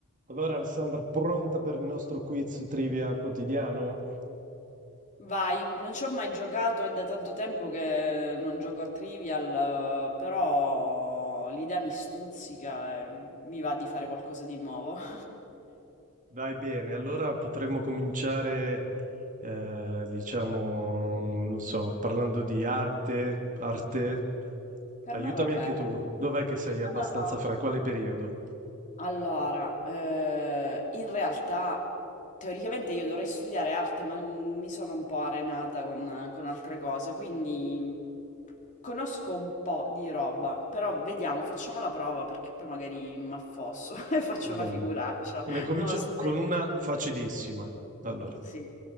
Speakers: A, on the right (about 35°); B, on the left (about 35°).
A: Allora, Alessandra, pronta per il nostro quiz trivia quotidiano?
B: Vai, non ci ho mai giocato, è da tanto tempo che non gioco a Trivial, eh, però l'idea mi stuzzica e mi va di fare qualcosa di nuovo. <laughs>
A: Dai bene, allora potremmo cominciare, eh, diciamo, mm, non so, parlando di arte, arte.
B: Per
A: Aiutami
B: me va
A: anche
B: bene.
A: tu, dov'è che sei
B: No,
A: abbastanza
B: no, no.
A: fra? Quale periodo?
B: Allora, eh, in realtà teoricamente io dovrei studiare arte, ma mi sono un po' arenata con, con altre cose, quindi conosco un po' di roba, però vediamo, facciamo la prova perché poi magari mi affosso <laughs> e faccio
A: Va bene.
B: una figuraccia,
A: Ne comincio
B: non lo sapete.
A: con una facilissima. Allora,
B: Sì,